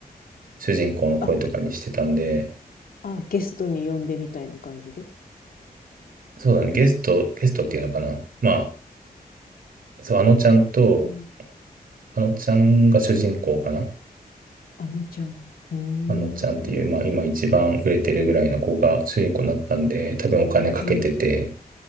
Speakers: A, on the right; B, on the left.
A: 主人公の声とかにしてたんで、
B: あ、あ、ゲストに呼んでみたいな感じで。
A: そうだね、ゲスト、ゲストっていうのかな。まあ、そう、あのちゃんと、
B: うん。
A: あのちゃんが主人公かな。
B: あのちゃん。うーん。
A: あのちゃんっていう、まあ、今一番売れてるぐらいの子が主人公になったんで、多分お金かけてて、
B: うん。